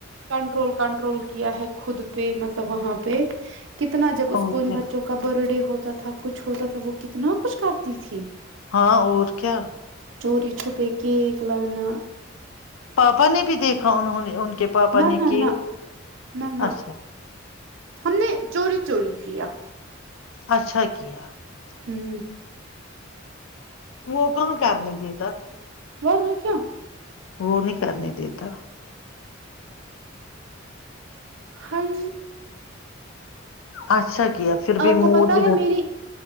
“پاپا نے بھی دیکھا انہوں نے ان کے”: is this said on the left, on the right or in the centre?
Left